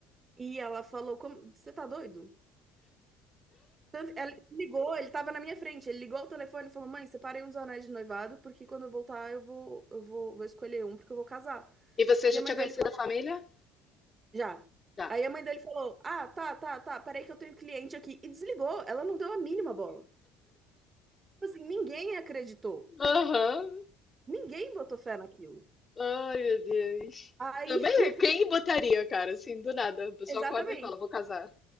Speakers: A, on the right; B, on the left.
A: E ela falou, como, você tá doido? Tanto- Ela ligou, ele tava na minha frente. Ele ligou o telefone e falou: Mãe, separei uns anéis de noivado, porque quando eu voltar eu vou, eu vou, vou escolher um, porque eu vou casar.
B: E você
A: E
B: já
A: a
B: tinha
A: mãe
B: conhecido
A: dele falou:
B: a família?
A: Já.
B: Já.
A: Aí a mãe dele falou: Ah, tá, tá, tá, peraí que eu tenho cliente aqui. E desligou. Ela não deu a mínima bola. Tipo assim, ninguém acreditou.
B: Aham.
A: Ninguém botou fé naquilo.
B: Ai, meu Deus.
A: Aí,
B: Também, quem
A: <laughs>
B: botaria, cara, assim, do nada? A pessoa
A: exatamente.
B: acorda e fala, vou casar.